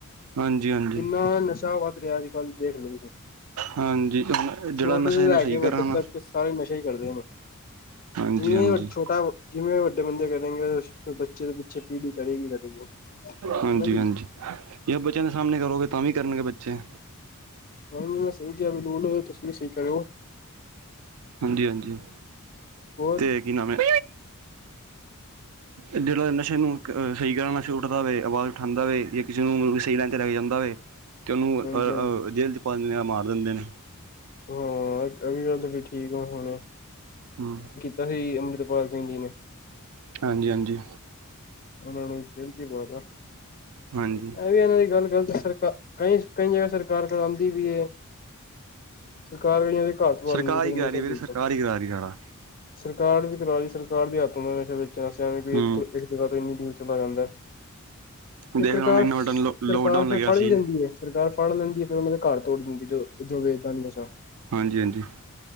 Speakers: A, on the right (about 75°); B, on the left (about 40°).
A: ਹਾਂਜੀ
B: ਕਿੰਨਾ ਨਸ਼ਾ ਵੱਧ ਰਿਹਾ ਅੱਜ ਕੱਲ੍ਹ ਦੇਖ ਲੋ।
A: ਹਾਂਜੀ ਹੁਣ ਜਿਹੜਾ
B: ਛੋਟੇ।
A: ਨਸ਼ਾ ਇਹਨੂੰ
B: ਲੈ।
A: ਸਹੀ
B: ਕੇ।
A: ਕਰਾਣਾ
B: ਵੱਡੇ। ਤ। ਸਾਰੇ। ਨਸ਼ਾ। ਹੀ। ਕਰਦੇ। ਨੇ।
A: ਹਾਂਜੀ
B: ਜਿਵੇਂ।
A: ਹਾਂਜੀ
B: ਛੋਟਾ। ਜਿਵੇਂ। ਵੱਡੇ। ਬੰਦੇ। ਕਰੇਗੇ। ਬੱਚੇ। ਦੇ। ਪਿੱਛੇ। ਪੀੜ੍ਹੀ। ਕਰੇਗੀ। ਕਰੇਗੀ।
A: ਹਾਂਜੀ।
B: ਹਨਾ ਜੀ
A: ਹਾਂਜੀ। ਜਾਂ। ਬੱਚਿਆਂ। ਦੇ। ਸਾਹਮਣੇ। ਕਰੋਗੇ। ਤਾਂ। ਵੀ। ਕਰਨਗੇ। ਬੱਚੇ।
B: ਹ ਮ ਸਹੀ ਕਿਹਾ ਬਿਲਲ ਤੁਸੀ ਵੀ ਸਹੀ ਕਰ ਹੋ।
A: ਹਾਂਜੀ-ਹਾਂਜੀ
B: ਹੋਰ
A: ਤੇ ਕੀ ਨਾਮ ਹੈ। ਅ। ਜਿਹੜਾ। ਨਸ਼ੇ। ਨੂੰ। ਅਹ। ਸਹੀ। ਤਰ੍ਹਾਂ। ਨਸ਼ੇ। ਉੱਠਦਾ। ਹੋਵੇ। ਆਵਾਜ਼। ਉਠਉਂਦਾ। ਹੋਵੇ। ਜਾਂ। ਕਿਸੇ। ਨੂੰ। ਸਹੀ। ਤੇ ਲਗ ਜਾਂਦਾ ਵ ਤੇ ਉਹਨੂੰ
B: ਹਾਂਜੀ
A: ਅਹ
B: ਹਾਂਜੀ
A: ਜੇਲ੍ਹ ਚ ਪਾ ਦਿੰਦੇ ਆ ਮਾਰ ਦਿੰਦੇ ਨੇ।
B: ਹਾਂ। ਅਵ। ਗੱਲ। ਤਾਂ। ਠੀਕ। ਆ। ਹੁਣੇ।
A: ਹਮ।
B: ਤਾਂਹੀ। ਅੰਮ੍ਰਿਤਪਾਲ। ਸਿੰਘ। ਜੀ। ਨੇ।
A: ਹਾਂਜੀ-ਹਾਂਜੀ।
B: ਉਹਨਾਂ ਨੂੰ ਜੇਲੵ ਚ ਵਾੜਿਆ
A: ਹਾਂਜੀ।
B: ਇਹ ਵੀ ਇਹਨਾਂ ਦੀ ਗੱਲ ਗੱਲਤ ਸਰ ਕਈ ਕਈ ਜਗ੍ਹਾ ਸਰਕਾਰ ਕਰਾਉਂਦੀ ਵੀ। ਸਰਕਾਰ। ਕਈਆਂ। ਦੀ। ਘਰ। ਚਵਾ।
A: ਸਰਕਾਰ
B: ਦਿੰਦੀ। ਜਿਹੜੇ।
A: ਹੀ ਕਰਾ
B: ਨੇ।
A: ਰਹੀ
B: ਸਬ।
A: ਵੀਰੇ ਸਰਕਾਰ ਹੀ ਕਰਾ ਰਹੀ ਸਾਰਾ
B: ਸਰਕਾਰ। ਦੀ। ਕਰਵਾ। ਲਈ। ਸਰਕਾਰ। ਦੇ। ਹੱਤੋਂ। ਦਾ। ਹੇ। ਵੇਚਣਾਵੇਂ।
A: ਹੂੰ
B: ਜਗ੍ਹਾ ਤੋਂ ਇੰਨੀ ਦੂਰ ਚਲਾ ਜਾਂਦਾ ਤੇ
A: ਦੇਖ
B: ਸਰਕਾਰ
A: ਹੁਣ ਇੰਨਾ
B: ਸਰਕਾਰ
A: ਵੱਡਾ ਲੋਕਡਾਊਨ
B: ਫਿਰ
A: ਲੱਗਿਆ
B: ਫੜ
A: ਸੀ
B: ਵੀ ਦਿੰਦੀ ਹੈ। ਸਰਕਾਰ ਫੜ ਲੈਂਦੀ ਹੈ ਫੇਿਰ ਉਹਨਾ ਦੇ ਘਰ ਤੋੜ ਦਿੰਦੀ ਜੋ ਵੇਦ ਨਸ਼ਾ।
A: ਹਾਂਜੀ ਹਾਂਜੀ